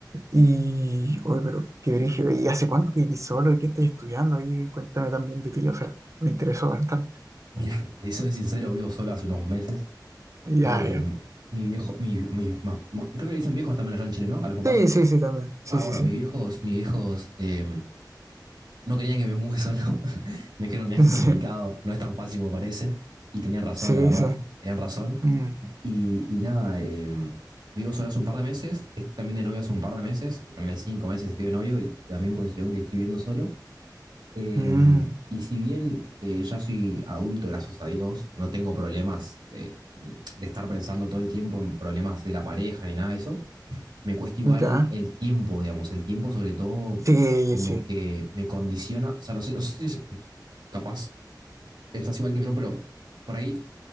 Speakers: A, on the right; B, on the right.
A: Y, oye, pero qué brígido, ¿y hace cuánto que vivís solo y qué estás estudiando? Ahí cuéntame también de ti, o sea, me interesó bastante.
B: Mira, te soy sincero, vivo solo hace unos meses.
A: Ya,
B: Eh,
A: ya.
B: mi viejo, mi, mi- ma- ma- creo que le dicen viejos también allá en Chile, ¿no? A los papás.
A: Sí, sí, sí, también. Sí,
B: Ah,
A: sí,
B: bueno,
A: sí.
B: mis viejos, mis viejos eh, no querían que me mude solo. <laughs> me dijeron, mira,
A: <laughs>
B: que es complicado, no es tan fácil como parece. Y tenían razón,
A: Sí,
B: la verdad,
A: sí, sí.
B: tenían razón.
A: Mm,
B: Y, y nada, eh, vivo solo hace un par de meses, estoy también de novio hace un par de meses, ponele cinco meses estoy de novio y también considero que estoy viviendo solo. Eh,
A: mm,
B: y si bien eh, ya soy adulto, gracias a Dios, no tengo problemas de, de estar pensando todo el tiempo en problemas de la pareja ni nada de eso, me cuesta igual
A: ya.
B: el tiempo, digamos, el tiempo sobre todo
A: Sí,
B: como
A: sí.
B: que me condiciona, o sea, no sé, no sé si es- capaz pensás igual que yo, pero por ahí